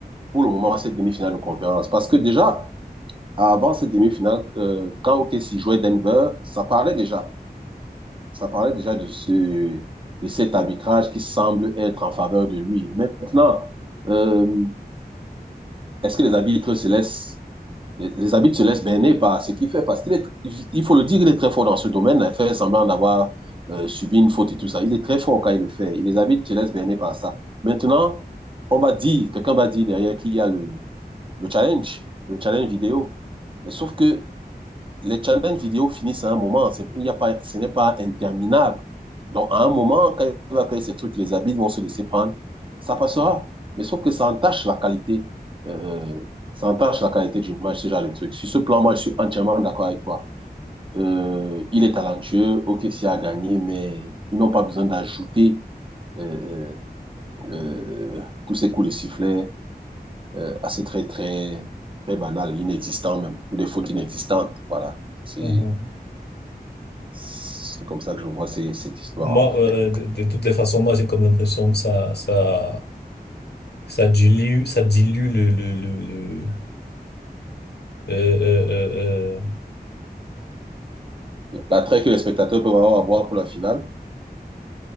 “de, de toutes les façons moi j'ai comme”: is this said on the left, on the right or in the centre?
Left